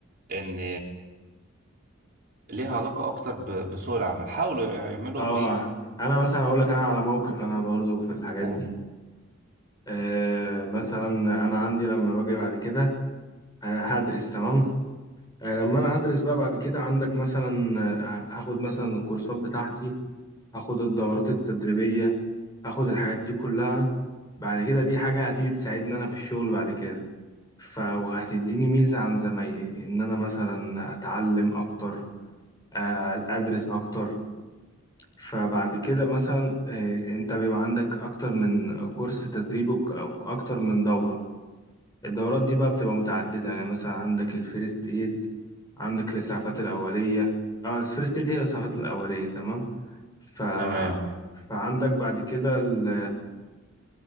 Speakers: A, on the right (about 45°); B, on the left (about 20°).
A: ان ليها علاقة اكتر ب- بسوق العمل حاولوا يعملوا
B: اه
A: ايه
B: انا مثلا اقول لك انا على موقف انا برضو في الحاجات
A: قول.
B: دي آه مثلا انا عندي لما باجي بعد كده آه هدرس تمام آه لما انا هدرس بقى بعد كده عندك مثلا آه، هاخد مثلا الكورسات بتاعتي هاخد الدورات التدريبية هاخد الحاجات دي كلها بعد كده دي حاجة هتيجي تساعدني انا في الشغل بعد كده ف وهتديني ميزة عن زمايلي ان انا مثلا اتعلم اكتر آه، ادرس اكتر فبعد كده مثلا آه، انت بيبقى عندك اكتر من كورس تدريب وك- او اكتر من دورة الدورات دي بقى بتبقى متعددة يعني مثلا عندك الفيرست ايد عندك الاسعافات الاولية اه الفيرست ايد هي الاسعافات الاولية تمام ف...
A: تمام
B: فعندك بعد كده ال...